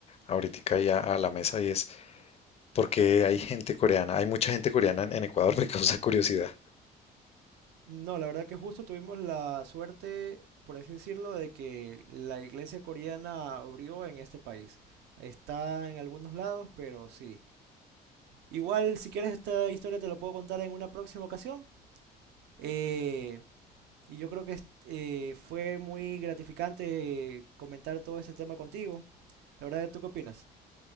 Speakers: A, on the left; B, on the right.
A: ahorita ya a la mesa y es, ¿por qué hay gente coreana? Hay mucha gente coreana en, en Ecuador, <laughs> me causa curiosidad.
B: No, la verdad que justo tuvimos la suerte, por así decirlo, de que la iglesia coreana abrió en este país. Está en algunos lados, pero sí. Igual, si quieres esta historia te lo puedo contar en una próxima ocasión. Eh, y yo creo que es- eh, fue muy gratificante comentar todo este tema contigo. La verdad, ¿tú qué opinas?